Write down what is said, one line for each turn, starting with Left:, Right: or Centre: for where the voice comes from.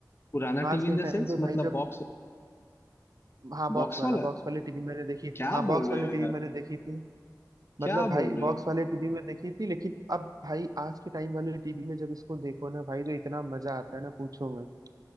Left: पुराना
Right: आज
Left: टीवी
Right: के
Left: इन
Right: टाइम
Left: द सेंस
Right: पे
Left: मतलब
Right: भाई जब
Left: बॉक्स
Right: हाँ बॉक्स
Left: बॉक्स
Right: वाला
Left: वाला
Right: बॉक्स वाले टीवी मैंने देखी थी
Left: क्या
Right: हाँ बॉक्स
Left: बोल
Right: वाले
Left: रहे हो
Right: टीवी
Left: यार
Right: मैंने देखी थी
Left: क्या
Right: मतलब भाई
Left: बोल रहे
Right: बॉक्स
Left: हो
Right: वाले टीवी में देखी थी लेकिन अब भाई आज के टाइम वाले टीवी में जब इसको देखो ना भाई तो इतना मजा आता है ना पूछो मत